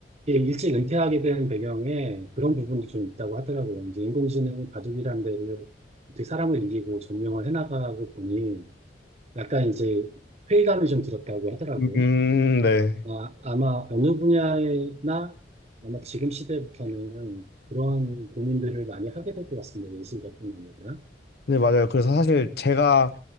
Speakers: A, on the right; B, on the left.
A: 이게 일찍 은퇴하게 된 배경에 그런 부분도 좀 있다고 하더라고요. 이제 인공지능이 바둑이라는 데를 어떻게 사람을 이기고 점령을 해나가고 보니 약간 이제 회의감이 좀 들었다고 하더라고요.
B: 음, 네.
A: 아, 아마 어느 분야나 아마 지금 시대부터는 그러한 고민들을 많이 하게 될 것 같습니다. 예술가뿐 아니라.
B: 네, 맞아요. 그래서 사실 제가